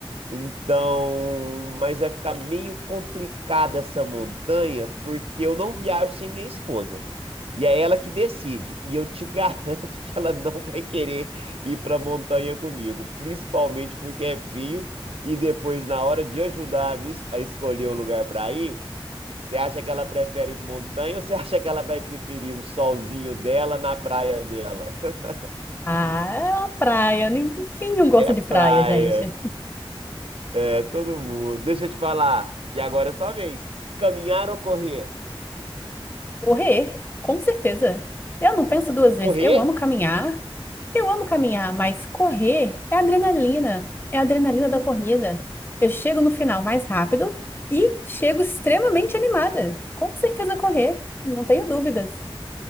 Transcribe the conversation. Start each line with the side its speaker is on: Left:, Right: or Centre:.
Right: Então, mas vai ficar meio complicada essa montanha, porque eu não viajo sem minha esposa. E é ela que decide. E eu te <laughs> garanto que ela não vai querer ir para a montanha comigo, principalmente porque é frio. E depois, na hora de ajudar a me es- a escolher o lugar para ir, você acha que ela prefere montanha ou você <laughs> acha que ela vai preferir o solzinho dela na praia dela? <laughs>
Left: Ah, é uma praia. Nin- Quem não gosta
Right: É
Left: de
Right: praia.
Left: praia, gente?
Right: É todo mundo. Deixa eu te falar. E agora é sua vez. Caminhar ou correr?
Left: Correr, com certeza. Eu não penso duas
Right: Correr?
Left: vezes. Eu amo caminhar. Eu amo caminhar, mas correr é adrenalina. É a adrenalina da corrida. Eu chego no final mais rápido e chego extremamente animada. Com certeza correr, não tenho dúvidas.